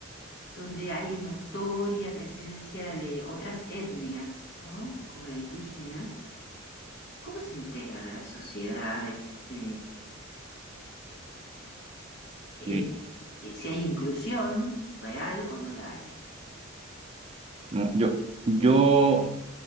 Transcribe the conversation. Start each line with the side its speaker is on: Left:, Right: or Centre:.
Left: donde hay notoria presencia de otras etnias, ¿no? Como la indígena, ¿cómo se integran a la sociedad, este, e-
Right: Sí.
Left: eh, si hay inclusión real o no la hay.
Right: No, yo, yo,